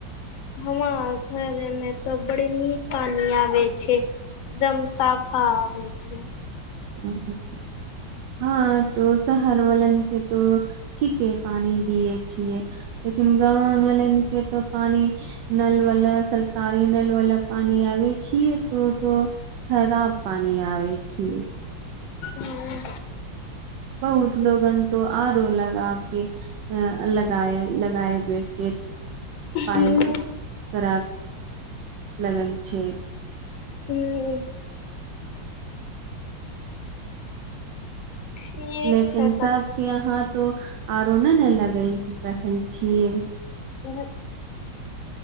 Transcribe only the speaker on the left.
हम घरमे तऽ बड़ी नीक पानी आबे छै एकदम साफा आबै छै
हू
हूँ
हूँ ठीक
छै स
ह